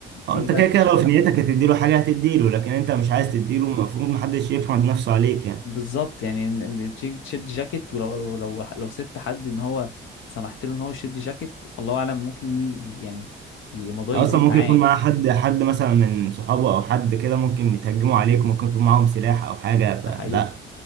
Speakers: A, on the right; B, on the left.
A: اه
B: تيجي
A: انت
B: بقى
A: كده
B: تخش
A: كده لو في نيتك هتديله حاجه هتديله لكن انت مش عايز تديله المفروض محدش يفرض نفسه عليك يعني
B: بالظبط يعني ان إن تشي- تشد جاكيت ولو لو لو سبت حد ان هو سمحت له ان هو يشد جاكيت الله اعلم ممكن ي... يعني ي- الموضوع
A: اصلا
B: يزيد
A: ممكن
B: معاه
A: يكون معاه حد حد مثلا من صحابه او حد كده ممكن يتهجموا عليك ممكن يكون معاهم سلاح او حاجه فلا
B: ده حقيقي